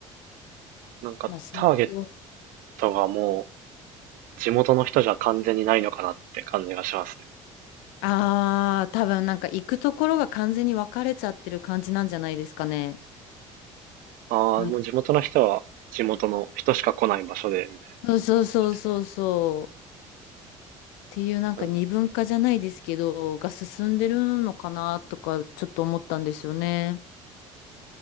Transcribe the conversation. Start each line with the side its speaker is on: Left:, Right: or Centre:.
Right: なんかターゲッ
Left: まあ成長。
Right: トがもう地元の人じゃ完全にないのかなって感じがしますね。
Left: ああ、多分なんか行くところが完全に分かれちゃってる感じなんじゃないですかね。
Right: ああ、
Left: なんか、
Right: もう地元の人は地元の人しか来ない場所でみたい
Left: そうそうそうそうそう。
Right: な感じで。
Left: っていうなんか二分化じゃないですけど、
Right: うんま
Left: が進んでるのかなとかちょっと思ったんですよね。